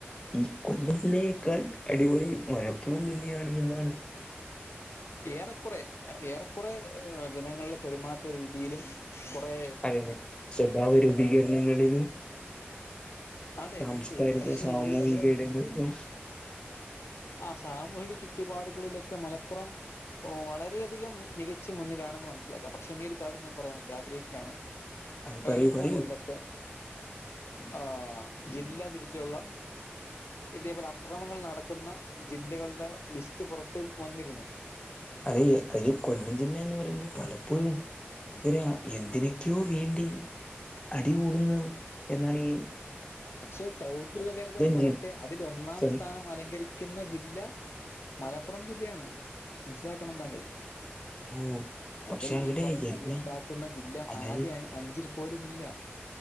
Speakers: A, on the left; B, on the left.
A: ഈ കൊല്ലത്തിനെക്കാൾ അടിപൊളി മലപ്പുറം തന്നെയാണ് എന്നാണ്
B: ഏറെക്കുറെ ഏറെക്കുറെ ജനങ്ങളുടെ പെരുമാറ്റ രീതിയിലും കൊറെ
A: അതെ സ്വഭാവ രൂപീകരണങ്ങളിലും
B: അതെ
A: സാംസ്കാരിക
B: ഉണ്ട് പക്ഷെ
A: സാമൂഹിക
B: എങ്കിൽ കൂടെ
A: ഇടങ്ങളിലും
B: ആ സാമൂഹിക ചുറ്റുപാടുകളിലൊക്കെ മലപ്പുറം ഓ വളരെയധികം മികച്ച മുന്നിലാണെന്ന് മനസ്സിലാക്കാം പക്ഷെ ഇനിയൊരു കാര്യം ഞാൻ പറയാനുണ്ട് ആഗ്രഹിക്കാണ്
A: അത്
B: കഴിഞ്ഞ
A: പറയൂ പറയൂ
B: കൊല്ലത്തെ ആ ജില്ല തിരിച്ചൊള്ള ഇതേപോലെ അക്രമങ്ങൾ നടക്കുന്ന ജില്ലകൾടെ ലിസ്റ്റ് പൊറത്ത് വന്നിരുന്നു
A: അതെ അതില് കൊല്ലം ജില്ല എന്ന് പറയുംമ്പോ പലപ്പോഴും നമുക്കൊരു എന്തിനക്കെയോ വേണ്ടി അടികൂടുന്നു എന്നാണീ
B: പക്ഷെ കൗതുക കരകം എന്ന് പറയട്ടെ
A: ജി
B: അതിൽ ഒന്നാം
A: സ്വ
B: സ്ഥാനം അലങ്കരി ക്കുന്ന ജില്ല മലപ്പുറം ജില്ലയാണ് മനസ്സിലാക്കണം താങ്കൾ
A: ഓ പക്ഷെ
B: അതിൽ
A: അവിടെ
B: ഈ പറഞ്ഞ
A: എല്ലാം
B: അടി ഉണ്ടാക്കുന്ന ജില്ല
A: അതായത്
B: ആദ്യ അഞ്ചിൽ പോലുമില്ല